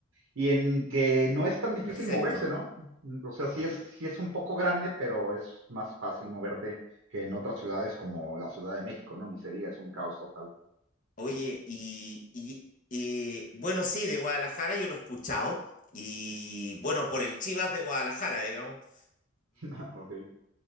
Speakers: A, on the right; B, on the left.
A: y en que no es tan difícil
B: perfecto.
A: moverse, ¿no? Mm, O sea, sí es, sí es un poco grande, pero es más fácil moverte que en otras ciudades como la Ciudad de México, ¿no? Ni se diga, es un caos total.
B: Oye, y, y- y, bueno, sí, de Guadalajara yo lo he escuchado, y bueno, por el Chivas de Guadalajara, digamos.
A: <laughs> Ok.